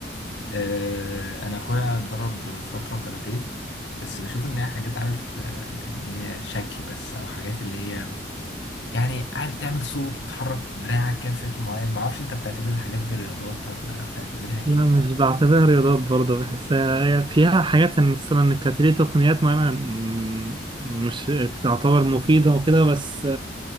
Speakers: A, on the left; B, on the right.
A: آه، أنا أخويا اتدرب فترة كاراتيه بس بشوف إن هي حاجات عارف آه، إن هي شكل بس أو حاجات اللي هي يعني قاعد تعمل صوت وتحرك دراعك كده بشكل معين معرفش أنت بتعتبر الحاجات دي رياضات ولا بتعتبرها إيه
B: لا مش بعتبرها رياضات برضه بحسها هي فيها حاجات يعني مثلا كانت ليه تقنيات معينة م- مش تعتبر مفيدة وكده بس